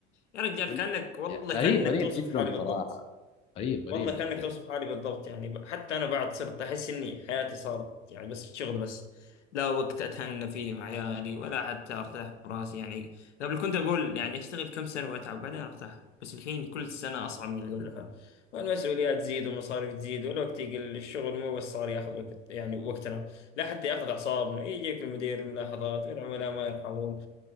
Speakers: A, on the left; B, on the left.
A: يا رجال
B: وال-
A: كأنك والله
B: يعني غريب
A: كأنك
B: غريب
A: توصف
B: جدا
A: حالي بالضبط
B: صراحة قريب قريب
A: والله
B: جدا
A: كأنك توصف حالي بالضبط يعني ب- حتى أنا بعد صرت أحس إني حياتي صارت يعني بس شغل بس لا وقت أتهنى فيه مع عيالي ولا حتى أرتاح براسي يعني قبل كنت أقول يعني أشتغل كم سنة وأتعب بعدين أرتاح بس الحين كل سنة أصعب من اللي قبلها والمسؤوليات تزيد والمصاريف تزيد والوقت يقل الشغل مو بس صار ياخذ وقت يعني وقتنا لا حتى ياخذ أعصابنا يجيك المدير ملاحظات والعملاء ما يرحمون